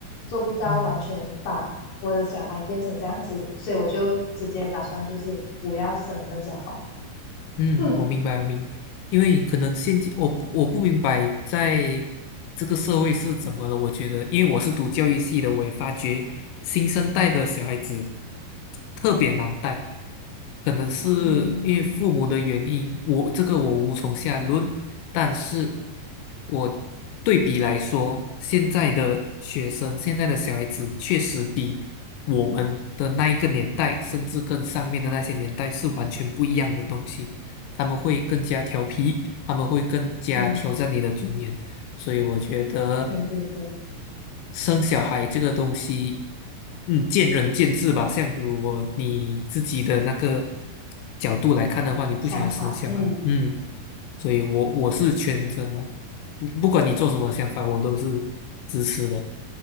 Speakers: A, on the left; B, on the left.
A: 做不到完全把我的小孩变成这样子，
B: 嗯
A: 所以我就直接打算就是不要生更加好。<coughs>
B: 嗯，
A: <clears throat>
B: 我明白，我明白，因为可能现今我不我不明白在这个社会是怎么了。我觉得，因为我是读教育系的，我也发觉新生代的小孩子特别难带，可能是因为父母的原因，
A: 嗯。
B: 我这个我无从下论。但是我对比来说，现在的学生，现在的小孩子确实比我们的那一个年代，甚至更上面的那些年代是完全不一样的东西。他们会更加调皮，他们会更加挑战你的尊严。
A: 嗯，
B: 所以我觉得
A: 对对对，
B: 生小孩这个东西，嗯，见仁见智吧。像如果你自己的那个角度来看的话，你不想要生小孩，
A: 想法，嗯
B: 嗯，所以我我是全责不管你做什么想法，我都是支持的，